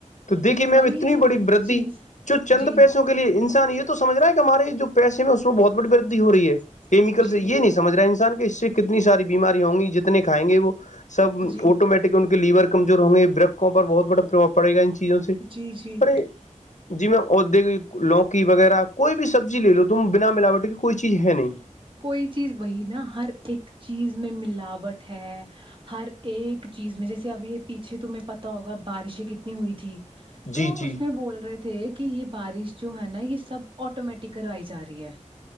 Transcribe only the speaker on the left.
تو دیکھیے میم
اتنی بڑی بردی
جو چند
پیسوں کو کے لیے انسان یہ تو سمجھ رہا ہے کہ ہمارے جو پیسے میں اس میں بہت بڑی وردھ ہوراہی ہے کیمیکل
سے یہ نہیں سمجھ رہا ہے انسان کے اس سے کتنی ساری بیماری ہوں گی جتنے کھائے گے وہ سب
آٹومیٹک کہ ان کے لیور کمزور ہوں گے برقوں پر بہت بڑا پربھؤ پڑے گا ان چیزوں سے
پرے <unintelligible> جی میم اور دل لوکی وغیرہ کوئی بھی سبزی لے لو تم بنا ملاوٹ کی کوئی چیز ہے نہیں
جی جی